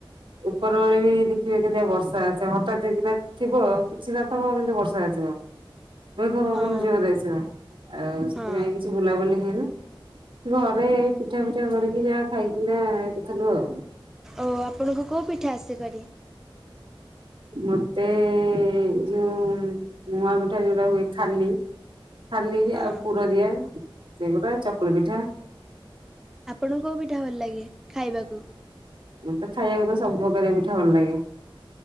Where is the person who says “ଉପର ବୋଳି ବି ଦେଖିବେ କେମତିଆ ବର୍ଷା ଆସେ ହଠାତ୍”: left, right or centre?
Right